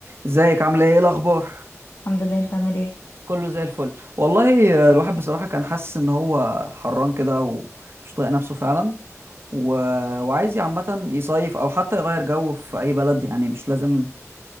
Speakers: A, on the right; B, on the left.
A: ازيك عامله ايه الاخبار
B: الحمد لله انت عامل ايه
A: كله زي الفل والله آه، الواحد بصراحه كان حاسس ان هو حران كده ومش طايق نفسه فعلا و... وعايز عامه يصيف او حتى يغير جو في اي بلد يعني مش لازم